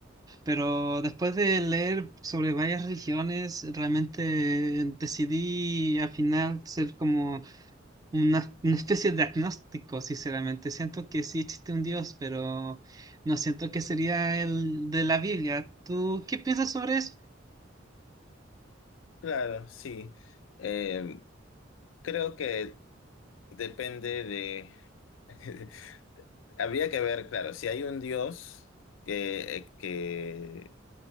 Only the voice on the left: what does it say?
Claro, sí. Eh, creo que depende de... <laughs> Habría que ver, claro, si hay un Dios que, eh, que,